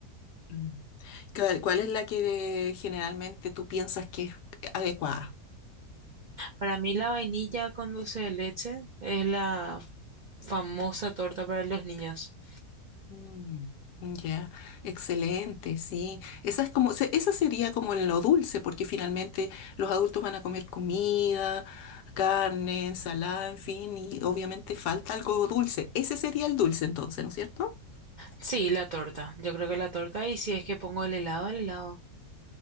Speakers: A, on the left; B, on the right.
A: Mm. ¿Cuál cuál es la que generalmente tú piensas que es adecuada?
B: Para mí la vainilla con dulce de leche es la famosa torta para los niños.
A: Mm, ya, excelente, sí. Esa es como, se- esa sería como lo dulce, porque finalmente los adultos van a comer comida, carne, ensalada, en fin, y obviamente falta algo dulce. Ese sería el dulce entonces, ¿no es cierto?
B: Sí, la torta. Yo creo que la torta. Y si es que pongo el helado, el helado.